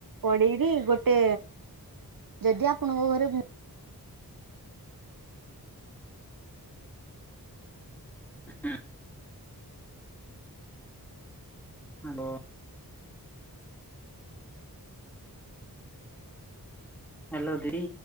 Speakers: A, on the right (about 60°); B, in the centre.
A: କଡେଇରେ ଗୋଟେ, ଯଦି ଆପଣଙ୍କ ଘରେ
B: ହଁ ଆମ୍ବ ହ୍ୟାଲୋ ଦି